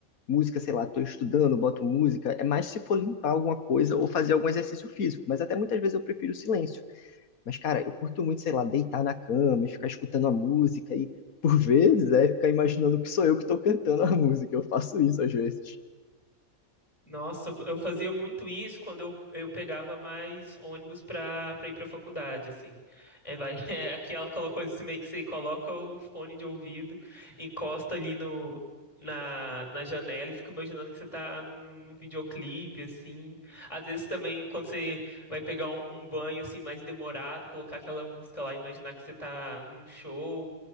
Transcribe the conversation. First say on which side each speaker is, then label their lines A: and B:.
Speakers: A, on the left (about 75°); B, on the left (about 20°).
A: música, sei lá, tô estudando, boto música. É mais se for limpar alguma coisa ou fazer algum exercício físico. Mas até muitas vezes eu prefiro o silêncio. Mas, cara, eu curto muito, sei lá, deitar na cama e ficar escutando a música e. Por vezes é ficar imaginando que sou eu que estou cantando a <laughs> música, eu faço isso às vezes.
B: Nossa, eu fa- eu fazia muito isso quando eu, eu pegava mais ônibus pra, pra ir pra faculdade, assim. É, vai, <laughs> é aquela aquela coisa assim, meio que você coloca o fone de ouvido, encosta ali no, na, na janela e fica imaginando que você tá num, num videoclipe, assim. Às vezes também, quando você vai pegar um, um banho, assim, mais demorado, colocar aquela música lá, e imaginar que você tá num show.